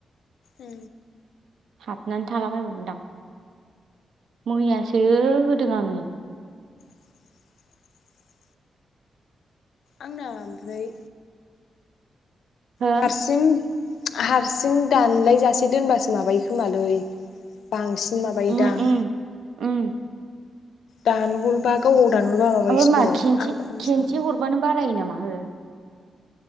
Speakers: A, on the left; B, on the right.
A: ओ।
B: हाबनानै थालाबायगौमोनदां मैयासो होदों आङो
A: <inaudible> आंना ओमफ्राय
B: हो
A: हारसिं हारसिं दानलायजासे दोनबासो माबायो खोमालै बांसिन बि माबायो
B: उम
A: दां
B: उम उम
A: दानो हरबा गाव दानहरबा माबायोसोथ'
B: ओ मा खेनसे
A: आं खमसो
B: खेनसे
A: मोनो
B: हरबानो बारायो नामा हो?